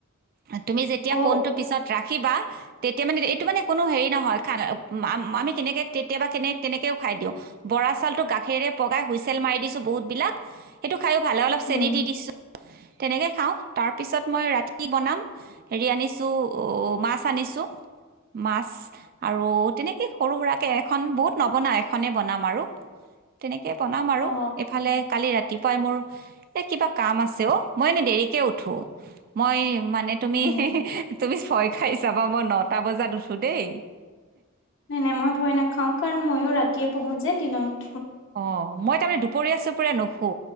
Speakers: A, on the right; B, on the left.
A: তুমি যেতিয়া
B: অ
A: ফোনটো পিছত ৰাখিবা তেত এ মানে এইটো মানে কোনো হেৰি নহয় <unintelligible> আমি কেনেকে কেতিয়াবা কেনে তেনেকে খাই দিওঁ। বৰা চাউলটো গাখীৰে পগাই হুইচেল মাৰি দিছো- বহুত বিলাক, সেইটো খায়ো ভালো লাগছে অলপ
B: উম
A: চেনি দি দিছো। তেনেকে খাওঁ। তাৰ পিছত মই ৰাতি বনাম হেৰি আনিছো মাছ আনিছো। মাছ আৰু তেনেকে সৰু শোৰাকে এখন বহুত নবনাও। এখনেই বনাম আৰু তেনেক তাকে বনাম আৰু
B: অ
A: এইফালে কালি ৰাতি মানে মোৰ এ কিবা কাম আছে অ, মই এনে দেৰিক উঠো মই মানে তুমি-তুমি
B: উম
A: ভয় খাই যাবা। মই নটা বজাত উছোঁ দেই।
B: নাই-নাই। মই ভয় নাখাও। কাৰণ মইয়ো ৰাতিয়ে মোৰ যেন দিনন্ত
A: অ, মই মানে দুপৰীয়া চুপৰীয়া নুশো।